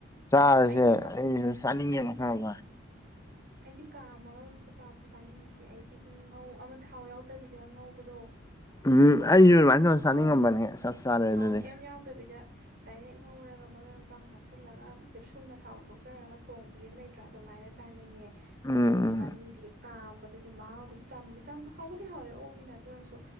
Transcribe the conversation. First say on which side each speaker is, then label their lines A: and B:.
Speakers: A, on the left; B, on the right.
A: ꯆꯥꯔꯁꯦ
B: ꯑꯩꯗꯤ ꯀꯪ
A: ꯑꯩꯁꯨ ꯆꯥꯅꯤꯡꯉꯦ
B: ꯑꯩꯗꯤ
A: ꯃꯈꯥ ꯑꯃ
B: ꯑꯩꯗꯤ ꯀꯥ ꯑꯃꯒꯆꯥꯥ ꯆꯥꯅꯤꯡꯗꯦ ꯑꯩꯗꯤ ꯉꯧ ꯑꯃ ꯊꯥꯎ ꯌꯥꯎꯗꯕꯤꯗ ꯉꯧꯕꯗꯣ
A: ꯎꯝ
B: ꯑꯃ
A: ꯑꯩꯁꯨ ꯑꯗꯨꯃꯥꯏꯅ
B: ꯎꯝ
A: ꯇꯧꯔ
B: ꯊꯥꯎ
A: ꯆꯥꯅꯤꯡꯉꯝꯕꯅꯦ ꯆꯞ ꯆꯥꯔꯦ
B: ꯊꯥꯎ
A: ꯑꯗꯨꯗꯤ
B: ꯀꯩꯝ ꯌꯥꯎꯗꯕꯤꯗ ꯗꯥꯏꯔꯦꯛ ꯉꯧꯔꯒ ꯃꯔꯣꯏ ꯃꯄꯥꯡ ꯍꯥꯞꯆꯤꯜꯂꯒ ꯀꯦꯞꯁꯨꯜꯅ ꯊꯥꯎ ꯊꯣꯛꯆꯔꯒ ꯊꯣꯡꯕꯤ ꯑꯃ ꯂꯩꯇ꯭ꯔꯥ ꯑꯗꯨꯃꯥꯏꯅ ꯆꯥꯅꯤꯡꯉꯦ ꯀꯩꯅꯣ
A: ꯎꯝ
B: ꯇꯧꯕ
A: ꯎꯝ
B: ꯆꯥꯅꯤꯡꯗꯦ ꯀꯥꯝꯕꯗꯨꯗꯤ ꯃꯍꯥꯎꯗꯨ ꯆꯃꯦ ꯆ ꯍꯥꯎꯕꯗꯤ ꯍꯥꯎꯋꯦ ꯑꯣꯛꯅꯤꯅ ꯑꯗꯨ ꯑꯣꯏꯔꯁꯨ